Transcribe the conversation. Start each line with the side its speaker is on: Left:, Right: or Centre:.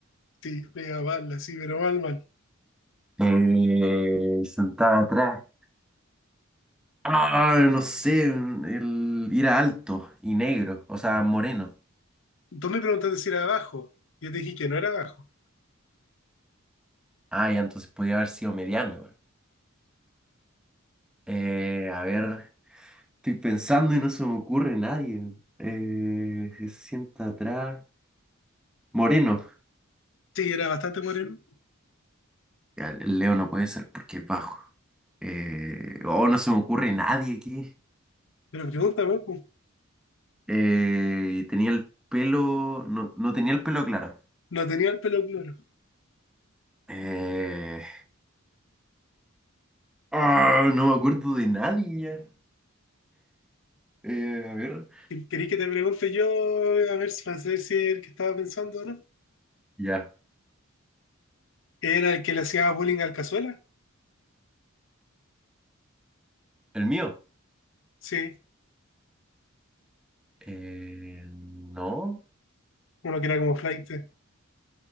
Left: Sí, pega mal, así, pero mal, mal.
Centre: Eh, sentaba atrás. Ah, no sé, el, era alto y negro, o sea, moreno.
Left: Tú me preguntaste si era abajo. Yo te dije que no era abajo.
Centre: Ah, ya, entonces podía haber sido mediano igual. Eh, a ver. Estoy pensando y no se me ocurre nadie. Eh, se sienta atrás. Moreno.
Left: Sí, era bastante moreno.
Centre: Ya, el Leo no puede ser porque es bajo. Eh, oh, no se me ocurre nadie aquí.
Left: Pero pregúntame, pues,
Centre: Eh, tenía el pelo. No, no tenía el pelo claro.
Left: no tenía el pelo claro.
Centre: Eh, ah, no me acuerdo de nadie ya. Eh, a ver.
Left: ¿Querí que te pregunte yo, a ver, si- para saber si es el que estaba pensando o no?
Centre: Ya.
Left: ¿Era el que le hacía bullying al Cazuela?
Centre: El mío.
Left: Sí,
Centre: Eh, no.
Left: uno que era como flight,